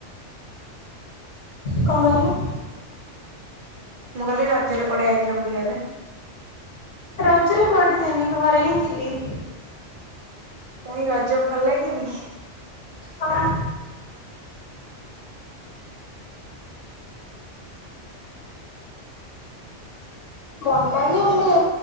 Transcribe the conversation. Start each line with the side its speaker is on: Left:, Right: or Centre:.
Left: କଁ କହିଲୁ?
Right: ମୁଁ କହିଲି ରଜରେ କୁଆଡେ ଯାଇଥିଲ ବୁଲିବା ପାଇଁ?
Left: ରଜରେ କୁଆଡେ ଯାଇନି ଘରେ ହିଁ ଥିଲି।
Right: କାଇଁ ରଜ ଭଲ ଲାଗେନି ଖି?
Left: ହଁ। ଭଲ ଲାଗେ ହେଲେ